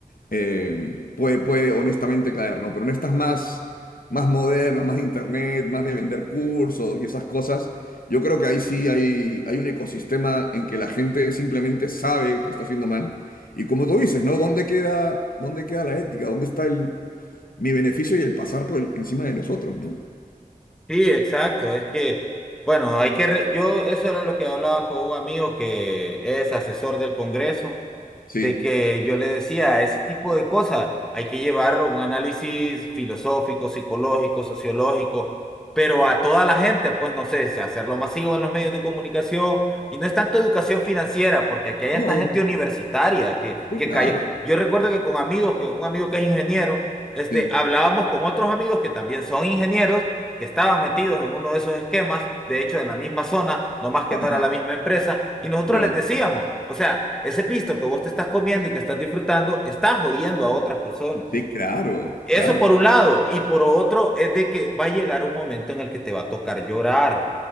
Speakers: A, on the left; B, in the centre.
A: eh, puede, puede honestamente caer, ¿no? Pero en estas más, más modernas, más de internet, más de vender cursos y esas cosas, yo creo que ahí sí hay, hay un ecosistema en que la gente simplemente sabe que está haciendo mal. Y como tú dices, ¿no? ¿Dónde queda, dónde queda la ética? ¿Dónde está el, mi beneficio y el pasar por el- encima de los otros, ¿no?
B: Sí, exacto. Es que, bueno, hay que, re- yo, eso era lo que hablaba con un amigo que es asesor del Congreso.
A: Sí.
B: de que yo le decía, ese tipo de cosas hay que llevar un análisis filosófico, psicológico, sociológico, pero a toda la gente, pues no sé, si hacerlo masivo en los medios de comunicación y no es tanto educación financiera, porque aquí hay
A: No,
B: esta gente universitaria que,
A: sí,
B: que
A: claro.
B: cayó. Yo recuerdo que con amigos, que un amigo que es ingeniero, este,
A: Sí.
B: hablábamos con otros amigos que también son ingenieros que estaban metidos en uno de esos esquemas, de hecho en la misma zona, no más que
A: Ajá,
B: no era la misma empresa, y nosotros
A: ya.
B: les decíamos, o sea, ese pisto que vos te estás comiendo y que estás disfrutando, está jodiendo a otras personas.
A: Sí, claro,
B: Eso
A: claro.
B: por un lado, y por otro es de que va a llegar un momento en el que te va a tocar llorar.